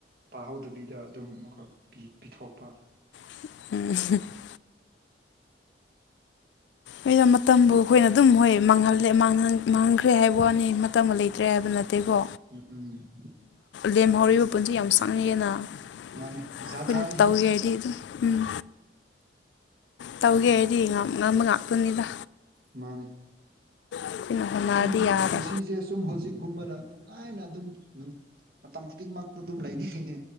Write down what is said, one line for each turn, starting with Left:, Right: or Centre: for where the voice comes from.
Right: ꯄꯥꯍꯧꯗꯕꯤꯗ ꯑꯗꯨꯝ ꯑꯃꯨꯛꯈꯛ ꯄꯤ ꯄꯤꯊꯣꯛꯄ
Left: <unintelligible> ꯑꯩꯅ ꯃꯇꯝꯕꯨ ꯑꯩꯈꯣꯏꯅ ꯑꯗꯨꯝ ꯍꯣꯏ ꯃꯥꯡꯍꯜꯂꯦ ꯃꯥꯡꯍꯟ ꯃꯥꯡꯍꯟꯈ꯭ꯔꯦ ꯍꯥꯏꯕ ꯋꯥꯅꯤ ꯃꯇꯝꯒ ꯂꯩꯇ꯭ꯔꯦ ꯍꯥꯏꯕ ꯅꯠꯇꯦꯀꯣ
Right: ꯎꯝ
Left: ꯂꯦꯝꯍꯧꯔꯤꯕ ꯄꯨꯟꯁꯤ ꯌꯥꯝ <unintelligible> ꯑꯩꯈꯣꯏꯅ
Right: ꯃꯥꯅꯤ ꯖꯥꯠ ꯖꯥꯠꯅꯤꯍꯦ
Left: ꯇꯧꯒꯦꯗꯤ ꯑꯗꯨꯝ ꯎꯝ ꯇꯧꯒꯦ ꯍꯥꯏꯗꯤ ꯉꯝ ꯉꯝꯕ ꯉꯥꯛꯇꯅꯤꯗ
Right: ꯃꯥꯅꯤ
Left: ꯑꯩꯈꯣꯏꯅ ꯍꯣꯠꯅꯔꯗꯤ
Right: ꯁꯨꯝ
Left: ꯌꯥꯔꯦ
Right: ꯄꯨꯟꯁꯤꯖꯦ ꯁꯨꯝ ꯍꯧꯖꯤꯛꯀꯨꯝꯕꯅ ꯅꯨꯡꯉꯥꯏꯅ ꯑꯗꯨꯝ ꯃꯇꯝ ꯈꯨꯗꯤꯡꯃꯛꯇꯨ ꯑꯗꯨꯝ ꯂꯩꯅꯤꯡꯉꯤꯅꯦ